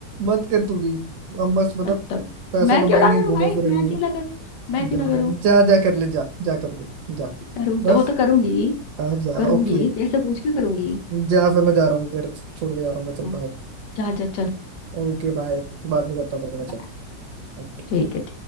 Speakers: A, on the right; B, on the left.
A: मत कर तू भी हम मस्त मतलब
B: मतलब
A: पैसे
B: मैं क्यों
A: कमाएंगे
B: ना करूं
A: घूमा
B: भाई
A: फिरेंगे
B: मैं क्यों ना करूं मैं क्यों
A: जा
B: ना करूं
A: जा जा कर ले जा जा कर ले जा
B: करूंगी
A: बस
B: वो तो करूंगी
A: हाँ जा
B: करूंगी
A: ओके
B: तेरे से पूछ के करूंगी
A: जा फिर मैं जा रहा हूँ फिर छोड़ के जा रहा हूँ मैं चल
B: हाँ,
A: बाय
B: जा जा चल
A: ओके बाय बाद में करता हूँ तेरे को मैं
B: बाय
A: चल
B: ठीक है